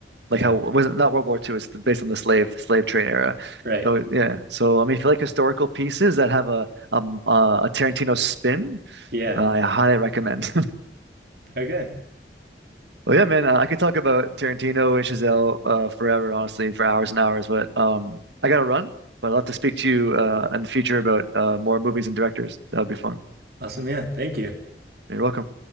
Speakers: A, on the right; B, on the right.
A: Yeah.
B: like how was not not World War Two? It's based on the slave slave trade era.
A: Right.
B: So yeah, so I mean, if you like historical pieces that have a um uh, a Tarantino spin,
A: Yeah.
B: uh, I highly recommend. <laughs>
A: Okay.
B: Well, yeah, man, uh, I could talk about Tarantino and Chazelle uh, forever, honestly, for hours and hours. But um, I gotta run. But I'd love to speak to you uh, in the future about uh, more movies and directors. That would be fun.
A: Awesome. Yeah. Thank you.
B: You're welcome.